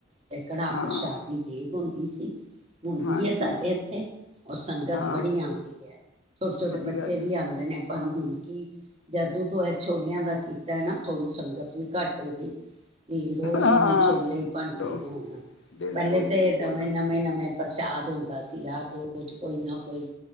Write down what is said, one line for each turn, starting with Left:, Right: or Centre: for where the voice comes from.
Right: ਤੇ ਕੜਾਹ
Left: ਹਾਂ
Right: ਪ੍ਰਸ਼ਾਦ ਦੀ ਦੇਗ ਹੁੰਦੀ ਸੀ। ਹੁੰਦੀ
Left: ਹਾਂਜੀ
Right: ਹੈ, ਸਾਡੇ ਇੱਥੇ ਔਰ ਸੰਗਤ
Left: ਹਾਂ
Right: ਬੜੀ ਆਉਂਦੀ ਆ, ਛੋਟੇ ਛੋਟੇ
Left: ਵਧੀਆ
Right: ਬੱਚੇ
Left: ਜੀ
Right: ਵੀ ਆਉਂਦੇ ਨੇ। ਪਰ ਹੁਣ ਜਦੋਂ ਤੋਂ ਇਹ ਛੋਲਿਆਂ ਦਾ ਕੀਤਾ ਹੈ ਨਾ ਥੋੜ੍ਹੀ ਸੰਗਤ ਵੀ ਘੱਟ ਹੋ ਗਈ। ਕਿ ਰੋਜ਼
Left: ਹਾਂ
Right: ਹੁਣ ਛੋਲੇ ਹੀ ਬਣਦੇ
Left: ਲੋ
Right: ਨੇ ਹੁਣ,
Left: ਬਿਲਕੁਲ
Right: ਪਹਿਲੇ ਤੇ
Left: ਬਿਲਕੁਲ
Right: ਨਵੇਂ -ਨਵੇਂ -ਨਵੇਂ ਪ੍ਰਸ਼ਾਦ ਹੁੰਦਾ ਸੀਗਾ ਜੋ ਕੁਝ ਕੋਈ ਨਾ ਕੋਈ